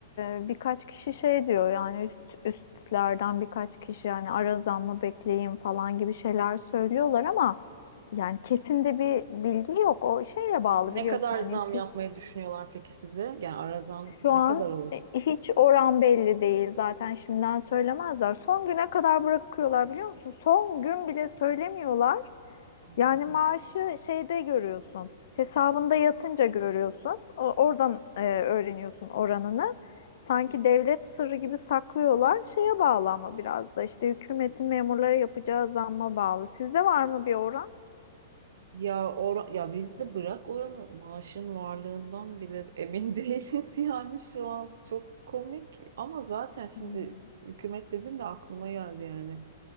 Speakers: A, on the left; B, on the right.
A: e, birkaç kişi şey diyor yani üst üstlerden birkaç kişi yani ara zam mı bekleyin falan gibi şeyler söylüyorlar ama yani kesin de bir bilgi yok. O şeyle bağlı
B: Ne
A: biliyorsun
B: kadar
A: hani
B: zam
A: ki
B: yapmayı düşünüyorlar peki size? Yani ara zam
A: şu
B: ne
A: an
B: kadar olacak?
A: e, hiç oran belli değil. Zaten şimdiden söylemezler. Son güne kadar bırakıyorlar biliyor musun? Son gün bile söylemiyorlar.
B: Allah'ım
A: Yani maaşı
B: ya.
A: şeyde görüyorsun. Hesabında yatınca görüyorsun. O- Oradan e, öğreniyorsun oranını. Sanki devlet sırrı gibi saklıyorlar. Şeye bağlı ama biraz da işte hükümetin memurlara yapacağı zamma bağlı. Sizde var mı bir oran?
B: Ya or ya bizde bırak oranı maaşın varlığından bile emin <laughs> değiliz yani şu an çok komik ama zaten şimdi
A: Hmm.
B: hükümet dedim de aklıma geldi yani.